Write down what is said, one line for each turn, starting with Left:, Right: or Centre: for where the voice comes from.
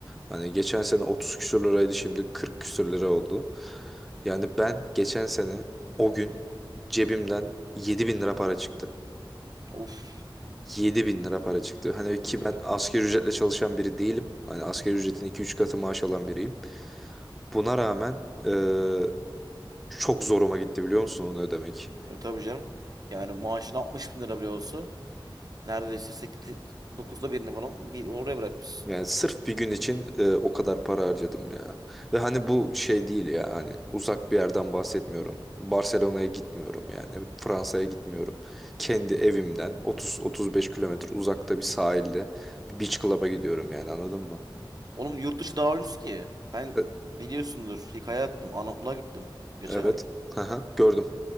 Centre: Hani geçen sene 30 küsür liraydı şimdi 40 küsür lira oldu. Yani ben geçen sene o gün cebimden 7 bin lira para çıktı.
Right: Of.
Centre: 7 bin lira para çıktı. Hani ki
Right: Of.
Centre: ben asgari ücretle çalışan biri değilim. Hani asgari ücretin 2-3 katı maaş alan biriyim. Buna rağmen eee, çok zoruma gitti biliyor musun onu ödemek?
Right: E, tabii canım. Yani maaşın 60 bin lira bile olsa neredeyse 8, dokuzda birini falan bir- oraya bırakmışsın.
Centre: Yani sırf bir gün için e, o kadar para harcadım ya. Ve hani bu şey değil ya hani uzak bir yerden bahsetmiyorum. Barcelona'ya gitmiyorum yani. Fransa'ya gitmiyorum. Kendi evimden 30-35 kilometre uzakta bir sahilde bir beach club'a gidiyorum yani anladın mı?
Right: Oğlum yurt dışı daha ucuz ki. Ben
Centre: E,
Right: biliyorsundur hikaye attım. Anadolu'ya gittim geçen
Centre: evet.
Right: ay.
Centre: Aha, gördüm.